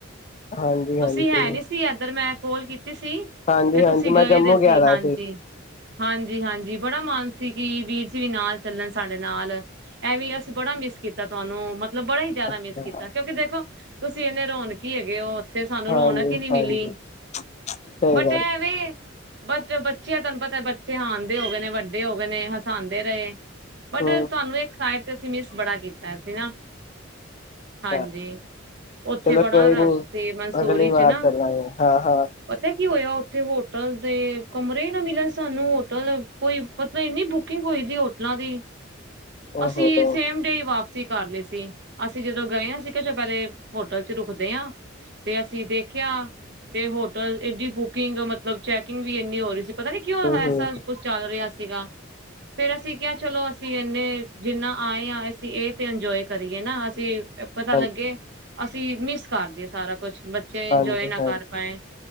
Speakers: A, on the left (about 35°); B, on the right (about 55°).
A: ਹਾਂਜੀ ਹਾਂਜੀ
B: ਤੁਸੀਂ ਹੈ ਨਹੀਂ ਸੀ ਐਧਰ, ਮੈਂ ਕੋਲ ਕੀਤੀ ਸੀ,
A: ਹਾਂਜੀ
B: ਤੇ ਤੁਸੀਂ
A: ਹਾਂਜੀ
B: ਗਏ
A: ਮੈਂ ਜੰਮੂ
B: ਤੇ ਸੀ
A: ਗਿਆ ਦਾ
B: ਹਾਂਜੀ -ਹਾਂਜੀ ਹਾਂਜੀ ਬੜਾ ਮਨ ਸੀ ਕਿ ਵੀਰ ਜੀ ਵੀ ਨਾਲ ਚੱਲਣ ਸਾਡੇ ਨਾਲ, ਐਹ ਵੀ ਅਸੀਂ ਬੜਾ ਮਿਸ ਕੀਤਾ ਤੁਹਾਨੂੰ ਮ ਮਤਲਬ, ਬੜਾ ਹੀ ਜ਼ਿਆਦਾ
A: ਅੱਛਾ
B: ਮਿਸ ਕੀਤਾ ਕਿਉਂਕਿ ਦੇਖੋ ਤੁਸੀਂ ਇੰਨੇ ਰੋਨ ਕੀ ਹੇਗੇ ਓ। ਓਥੇ ਸਾਨੂੰ
A: ਹਾਂਜੀ
B: ਰੌਣਕ ਹੀ ਨੀ
A: ਹਾਂਜੀ
B: ਮਿਲੀ,
A: ਸਹੀ
B: ਬਟ
A: ਗੱਲ
B: ਐਵੇਂ ਬਟ ਬੱਚਿਆਂ ਤੁਹਾਨੂੰ ਪਤਾ ਬੱਚੇ ਹਾਂਣ ਦੇ ਹੋ ਗਏ ਨੇ ਵੱਡੇ ਹੋ ਗਏ ਨੇ ਹਸਾਂਦੇ ਰਏ। ਬਟ
A: ਹਮ
B: ਤੁਹਾਨੂੰ ਇੱਕ ਸਾਇ ਤੇ ਅਸੀਂ ਮਿਸ ਬੜਾ ਕੀਤਾ ਸੀ ਨਾ!
A: ਅੱਛਾ
B: ਹਾਂਜੀ, ਉੱਥੇ
A: ਚਲੋ
B: ਬੜਾ
A: ਕੋਈ
B: ਰਸ਼
A: ਨੀ
B: ਸੀ ਮਨਸੂਰੀ
A: ਅਗਲੀ
B: ਚ
A: ਵਾਰ
B: ਨਾ
A: ਚੱਲਾਂਗੇ ਹਾਂ ਹਾਂ
B: ਪਤਾ ਐ ਕੀ ਹੋਇਆ ਉੱਥੇ ਹੋਟਲ ਦੇ ਕਮਰੇ ਈਂ ਨਾਂ ਮਿਲਣ ਸਾਨੂੰ ਹੋਟਲ ਕੋਈ ਮਤਲਬ ਇੰਨੀ ਬੁਕਿੰਗ ਹੋਈ ਦੀ ਹੋਟਲਾਂ ਦੀ
A: ਓਹੋ
B: ਅਸੀਂ
A: ਹੂੰ
B: ਸੇਮ ਡੇ ਵਾਪ ਸੀ ਕਰ ਲੀਸੀ ਅਸੀਂ ਜਦੋਂ ਗਏ ਆ ਸੀ ਜੋ ਪਹਿਲੇ ਹੋਟਲ ਚ ਰੁਕਦੇ ਆਂ ਤੇ ਅਸੀਂ ਦੇਖਿਆ ਤੇ ਹੋਟਲ ਏਡੀ ਬੁਕਿੰਗ ਮਤਲਬ ਚੈਕਿੰਗ ਵੀ ਇੰਨੀ ਹੋ ਰਹੀ ਸੀ। ਪਤਾ ਨੀ ਕਿਉਂ ਐਸਾ
A: ਹੂੰ
B: ਕੁਛ ਚੱਲ ਰਿਹਾ ਸੀ। ਸੀਗਾ ਫੇਰ ਅਸੀਂ ਕਿਹਾ ਚਲੋ ਅ ਅਸੀਂ ਇੰਨੇ ਜਿੰਨਾਂ ਆਏ ਆਂ, ਅਸੀਂ ਇਹ ਤੇ ਇੰਜੋਏ ਕਰੀਏ ਨਾ ਅਸੀਂ ਪਤਾ
A: ਹਾਂ
B: ਲੱਗੇ। ਅਸੀ ਮਿਸ ਕਰ ਗਏ ਸਾਰਾ ਕੁਛ। ਬੱਚੇ
A: ਹਾਂਜੀ
B: ਇੰਜੋਯ ਨਾ
A: ਹਾਂਜੀ
B: ਕਰ ਪਾਏ।